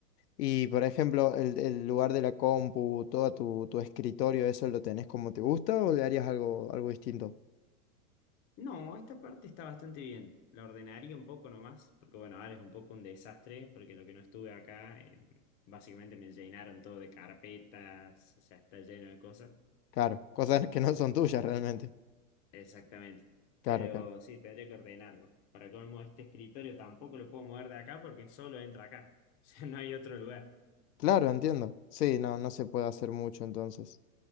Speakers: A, on the left (about 85°); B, on the left (about 30°).
A: Y por ejemplo, el, el lugar de la compu, todo tu, tu escritorio, ¿eso lo tenés como te gusta o le harías algo, algo distinto?
B: No, esta parte está bastante bien. La ordenaría un poco nomás, porque bueno, ahora es un poco un desastre, porque lo que no estuve acá, eh, básicamente me llenaron todo de carpetas, o sea, está lleno de cosas.
A: Claro, <laughs> cosas que no son tuyas realmente.
B: Exactamente.
A: Claro,
B: Pero
A: claro.
B: sí, tendría que ordenarlo. Para colmo, este escritorio tampoco lo puedo mover de acá porque solo entra acá. <laughs> O sea, no hay otro lugar.
A: Claro, entiendo. Sí, no, no se puede hacer mucho entonces,